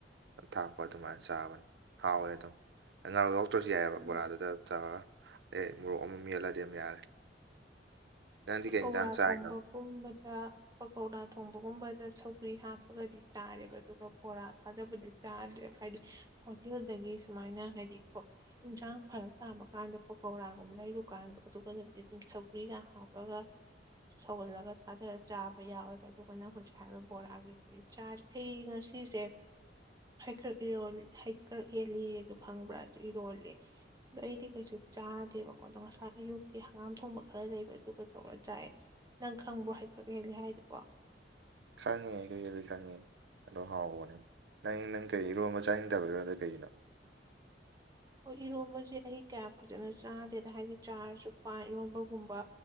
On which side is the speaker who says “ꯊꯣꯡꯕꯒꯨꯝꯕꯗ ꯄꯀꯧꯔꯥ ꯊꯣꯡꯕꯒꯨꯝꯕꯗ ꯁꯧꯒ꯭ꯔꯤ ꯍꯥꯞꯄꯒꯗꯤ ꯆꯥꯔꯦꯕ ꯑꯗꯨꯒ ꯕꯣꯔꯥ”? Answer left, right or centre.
Right